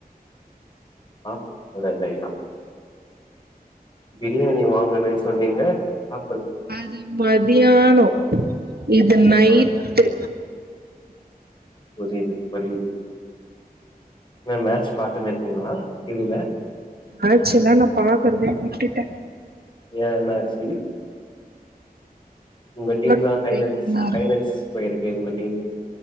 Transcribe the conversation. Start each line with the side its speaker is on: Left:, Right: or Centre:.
Left: ஆ <unintelligible> பிரியாணி வாங்கணு சொன்னீங்க சா
Right: அது மத்தியானோ இது நைட்டு
Left: ஆ புரியுது புரியுது என்ன மேட்ச பாத்துனு இருக்கீங்களா டி வி ல
Right: மேட்ச்சல்லா நா பாக்கறதே விட்டுட்டே
Left: ஏ என்னாச்சு உங்க டீம்தா
Right: ஹார்ட்
Left: ஃபைனல்ஸ்
Right: பிரேக்கிங்கா
Left: ஃபைனல்ஸ்
Right: இருக்கு
Left: போயிரு எங்க டீமு